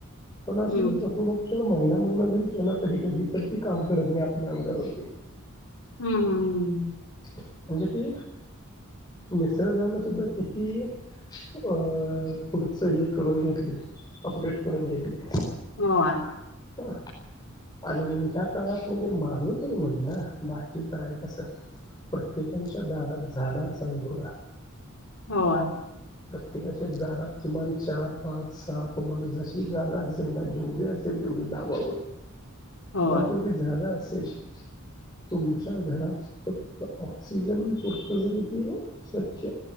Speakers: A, on the left (about 20°); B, on the left (about 85°).
A: पण
B: हम्म
A: अशाने प्रथमोपचार जर महिना महिना जरी त्याला कधी कधी, तर ती काम करत नाही आपल्या अंगावरती
B: हम्म हम्म हम्म
A: म्हणजे ते निसर्गानं सुद्धा किती अ पुढचं हे करून घेतले, अपडेट करून घेतले आहे
B: होय
A: व आणि ह्या काळात म्हणजे माझं तरी म्हण ना, बाकी काय कसं प्रत्येकांच्या दारात झाडं असावी बगा.
B: होय
A: प्रत्येकाच्या जागात किमान चार, पाच, सहा तुम्हाला जशी जागा असेल ना जेवढी अस ल तेवढी लावावं,
B: होय
A: जर तेवढी जागा असेल. तुमच्या घरात फक्त ऑक्सिजन पुरतं जरी ती स्वच्छ